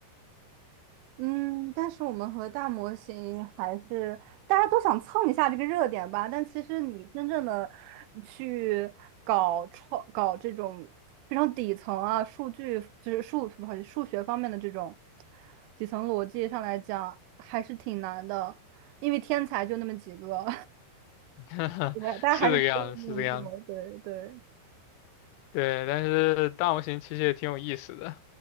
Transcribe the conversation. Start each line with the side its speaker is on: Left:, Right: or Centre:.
Right: 嗯，但是我们和大模型还是大家都想蹭一下这个热点吧。但其实你真正的去搞创搞这种非常底层啊，数据就是数不好意思数学方面的这种底层逻辑上来讲，还是挺难的，因为天才就那么几个，
Left: <laughs>
Right: <laughs> 对大家还是都是那么做。
Left: 是这个样子，是这个样子。
Right: 对对，
Left: 对，但是大模型其实也挺有意思的，